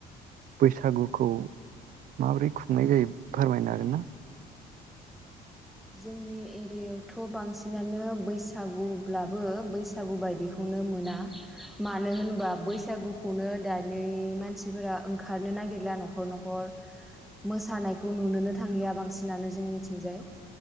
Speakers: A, on the right; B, in the centre.
A: बैसागुखौ माबोरै खुंनाय जायो फोरमायनो हागोनना?
B: जोंनि एरियायावथ' बांसिनानो बैसागुब्लाबो बैसागु बायदिखौनो मोना मानो होनोबा बैसागुखौनो दानि मानसिफोरा ओंखारनो नागिरला न'खर न'खर मोसानायखौ नुनोनो थांलिया बांसिनानो जोंनिथिंजाय।